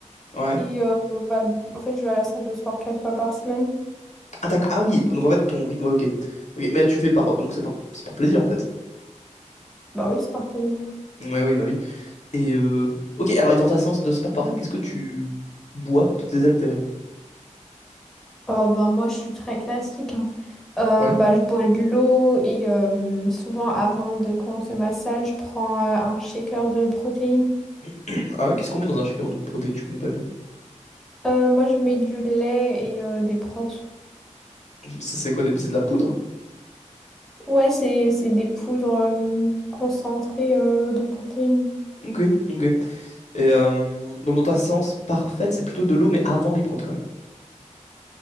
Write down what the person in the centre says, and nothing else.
Et euh, bah en fait je vais à la salle de sport quatre fois par semaine.
Bah oui, c'est par plaisir.
Oh, bah, moi, je suis très classique. hein. Euh,
bah, je bois de l'eau et euh, souvent, avant de commencer ma salle, je prends euh, un shaker de protéines.
Euh, moi, je mets du lait et euh, des protéines.
Ouais, c'est, c'est des poudres euh, concentrées euh, de protéines.